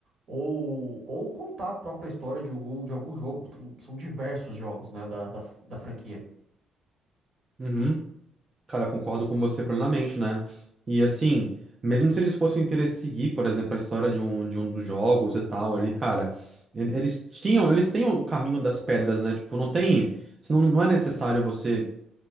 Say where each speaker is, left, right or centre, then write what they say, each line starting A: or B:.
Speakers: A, on the right (about 60°); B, on the right (about 30°).
A: ou, ou contar a própria história de algum, de algum jogo. São diversos jogos, né, da, da, da franquia.
B: Uhum. Cara, concordo com você plenamente, né? E assim, mesmo se eles fossem querer seguir, por exemplo, a história de um, de um dos jogos e tal ali, cara, ele- eles tinham, eles têm o caminho das pedras, né? Tipo, não tem, senão não é necessário você